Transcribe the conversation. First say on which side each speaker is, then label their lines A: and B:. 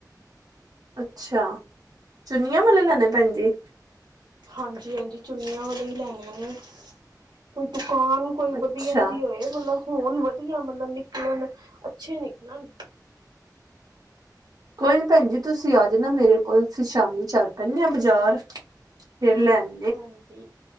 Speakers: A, on the right; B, on the right.
A: ਅੱਛਾ, ਚੁੰਨੀਆਂ ਵਾਲੇ ਲੈਣੇ ਭੈਣ ਜੀ।
B: ਹਾਂਜੀ-ਹਾਂਜੀ ਚੁੰਨੀਆਂ ਵਾਲੇ ਈ ਲੈਣੇ ਨੇ, ਕੋਈ ਦੁਕਾਨ ਕੋਈ
A: ਅੱਛਾ
B: ਵਧੀਆ ਜੀ ਹੋਏ ਮਤਲਬ ਹੋਣ ਵਧੀਆ ਮਤਲਬ ਨਿਕਲਣ, ਅੱਛੇ ਨਿਕਲਣ।
A: ਕੋਈ ਨੀ ਭੈਣ ਜੀ ਤੁਸੀਂ ਆ ਜਾਣਾ ਮੇਰੇ ਕੋਲ ਅਸੀਂ ਸ਼ਾਮੀ ਚੱਲ ਪੈਂਨੇ ਆ ਬਾਜ਼ਾਰ ਫੇਰ ਲੈਣ।
B: ਹਾਂਜੀ